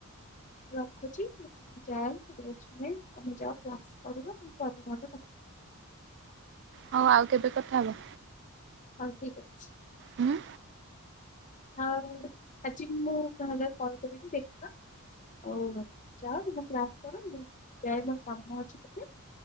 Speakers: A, on the left; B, on the right.
A: ରଖୁଛି। ମୁଁ ଯାଏ ରେଷ୍ଟ ନିଏ, ତମେ ଯାଅ କ୍ଲାସ୍ କରିବ। ମୁଁ ପରେ ନହେଲେ କଥ
B: ହଉ ଆଉ କେବେ କଥା ହବା?
A: ହଁ ଠିକ ଅଛି।
B: ହୁଁ
A: ଆଉ ଆଜି ମୁଁ ତାହେଲେ କଲ୍ କରିବି ଦେଖିବା। ହଉ ଯାଅ ତମେ କ୍ଲାସ କର। ମୁଁ ଯାଏ ମୋର କାମ ଅଛି ଟିକେ।